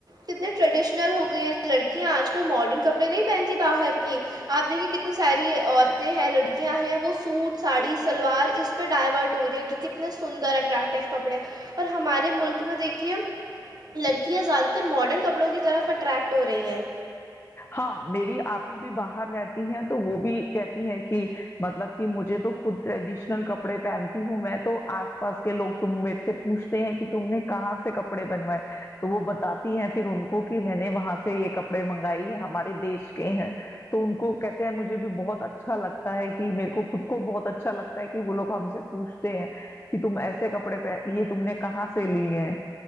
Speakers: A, on the right; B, on the left.
A: کتنے ٹریڈیشنل ہو گئی ہیں لڑکیاں آج کل ماڈرن کپڑے نہیں پہنتی باہر کی آپ دیکھیے کتنی ساری عورتیں ہیں لڑکیاں ہیں وہ سوٹ ساڑی سلوار اس پہ ڈائیورٹ ہو رہی ہیں کہ کتنے سندر اٹریکٹیو کپڑے اور ہمارے ملک میں دیکھیے لڑکیاں زیادہ تر ماڈرن کپڑوں کی طرف اٹریکٹ ہو رہی ہیں
B: ہاں میری آپ ہی بھی باہر رہتی ہے تو وہ بھی کہتی ہیں کہ مطلب کہ مجھے تو خود ٹریڈیشنل کپڑے پہنتی ہوں میں تو آس پاس کے لوگ تم میر سے پوچھتے ہیں کہ تم نے کہاں سے کپڑے بنوائے تو وہ بتاتی ہیں پھر ان کو کہ میں نے وہاں سے یہ کپڑے منگ ہمارے دیش کے ہیں تو ان کو کہتے ہیں مجھے بھی بہت اچھا لگتا ہے کہ میرے کو خود کو بہت اچھا لگتا ہے کہ وہ لوگ ہم سے پوچھتے ہیں کہ تم ایسے کپڑے پہن یہ تم نے کہاں سے لی ہیں